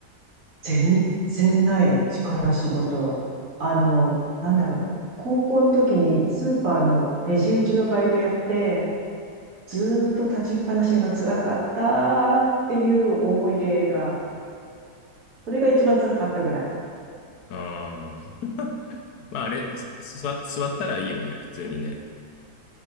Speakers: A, on the right (about 55°); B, on the left (about 80°).
A: 全然ない力仕事。あの、なんだろう。高校の時にスーパーのレジ打ちのバイトやって、ずーっと立ちっぱなしが辛かったっていう思い出が、それが一番辛かったぐらい。
B: ああまああれ、す座、座ったらいいよね、普通にね。